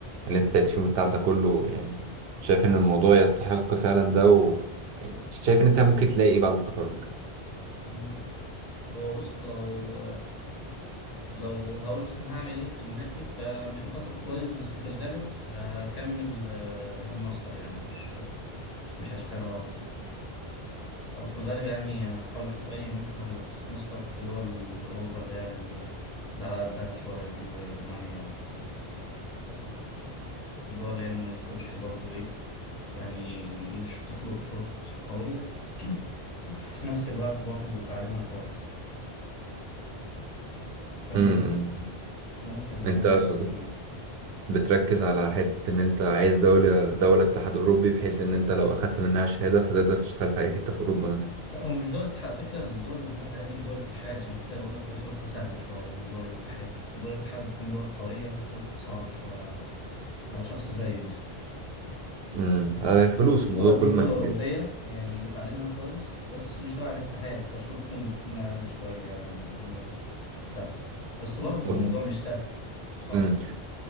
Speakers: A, on the right; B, on the left.
A: اللي انت تعبت فيهم والتعب ده كله يعني شايف ان الموضوع يستحق فعلا ده و شايف ان انت ممكن تلاقي ايه بعد التخرج
B: مم. هو بص لو لو هقول مثلا هعمل ايه في دماغي فمش مخطط كويس بس في الغالب هكمل آه، ماستر يعني مش مش هشتغل على طول او في الغالب يعني هحاول اشوف اي منحة لدراسة ماستر في دول اوروبا اللي هي ال- اللي على قدها شوية دي زي رومانيا وبلجيكا ومش عارف ايه الكلام ده كله الدول اللي هي ما بتكونش برضو ايه يعني مش بتطلب شروط قوية <clears throat> وفي نفس الوقت برضو تعليمها كويس فاهم
A: امم
B: قصدي؟ ممكن أكمل
A: انت
B: ماستر
A: بت...
B: هناك
A: بتركز على حتة ان انت عايز دولة دولة اتحاد اوروبي بحيث ان انت لو اخدت منها شهادة فتقدر تشتغل في اي حتة في اوروبا مثلا
B: لا هو مش دول الاتحاد على فكرة الدول اللي بكلمك عليها دي مش دول الاتحاد عشان كده بقول لك هي شروطها سهلة شوية عن دول الاتحاد دول الاتحاد بتكون دول قوية شروطها صعبة شوية على على شخص زيي مثلا
A: امم آه فلوس
B: الدول
A: الموضوع كل
B: دي دول
A: ما
B: أوروبية
A: كبير.
B: يعني وتعليمها كويس بس مش تبع الاتحاد فشروطهم بتكون أقل شوية يعني والدنيا سهلة بس برضه
A: طب
B: الموضوع مش سهل صعب
A: امم